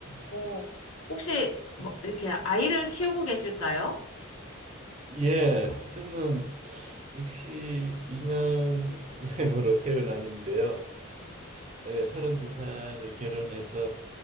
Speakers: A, on the left; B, on the right.
A: 어, 혹시 뭐 이렇게 아이를 키우고 계실까요?
B: 예, 저는 62년생으로 태어났는데요.
A: 네.
B: 예, 32살에 결혼해서